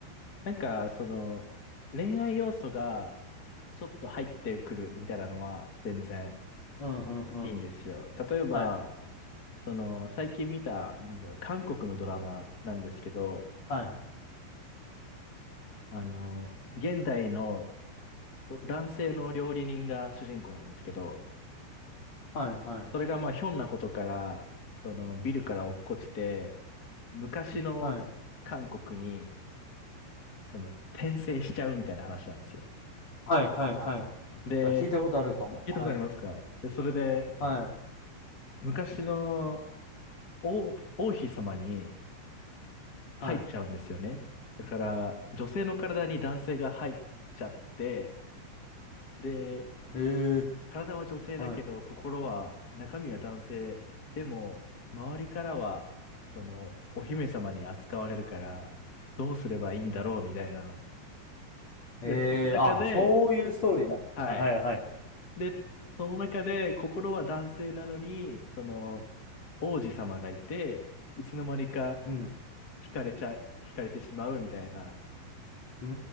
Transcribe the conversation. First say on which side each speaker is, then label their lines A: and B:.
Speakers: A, on the left; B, on the left.
A: なんか、その、恋愛要素がちょっと入ってくるみたいなのは全然
B: うんうんうん。
A: いいんですよ。例えば、
B: はい。
A: その、最近見た、なんだろう韓国のドラマなんですけど、
B: はい。
A: あの、現代のお男性の料理人が主人公なんですけど、
B: はいはい。
A: それがまあ、ひょんなことから、その、ビルから落っこちて、昔の韓国に、
B: はい。
A: その、転生しちゃうみたいな話なんですよ。
B: はいはいはい。
A: で、
B: あ、聞いたことあるかも。
A: 聞いたことありますかで、
B: はい。
A: それで、
B: はい。
A: 昔の王、王妃様に
B: はい。
A: 入っちゃうんですよね。だから、女性の体に男性が入っちゃって、で、
B: ええ
A: 体は女性だけど、
B: はい。
A: 心は、中身は男性。でも、周りからは、その、お姫様に扱われるから、どうすればいいんだろうみたいなの
B: ええあ、
A: やっていく中で、
B: そういうストーリーなんですね。
A: はい。
B: はいはい。
A: で、その中で、心は男性なのに、その、王子様がいて、いつの間にか、
B: うん。
A: 惹かれちゃ、惹かれてしまうみたいな、
B: うー